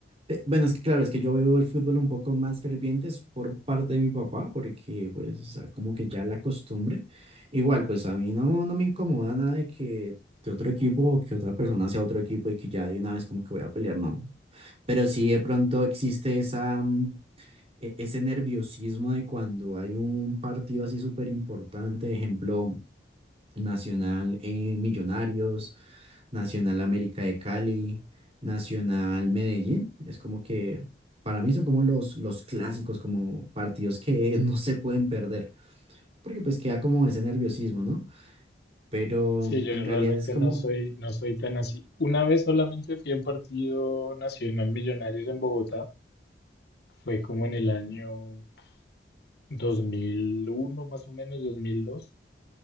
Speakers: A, on the right (about 35°); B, on the left (about 65°).
A: Eh, Bueno, es que claro, es que yo vivo el fútbol un poco más ferviente es por parte de mi papá, porque pues, o sea, como que ya la costumbre. Igual, pues a mí no, no me incomoda nada de que, que otro equipo o que otra persona sea otro equipo y que ya de una vez como que voy a pelear, no. Pero sí de pronto existe esa, mm, e- ese nerviosismo de cuando hay un partido así súper importante, ejemplo. Nacional eh, Millonarios, Nacional América de Cali, Nacional Medellín. Es como que para mí son como los, los clásicos, como partidos que <laughs> no se pueden perder, porque pues queda como ese nerviosismo, ¿no? Pero
B: Sí,
A: mm,
B: yo
A: en
B: realmente
A: realidad es como,
B: no soy, no soy tan así. Una vez solamente fui a un partido nacional Millonarios en Bogotá, fue como en el año 2001, más o menos, 2002.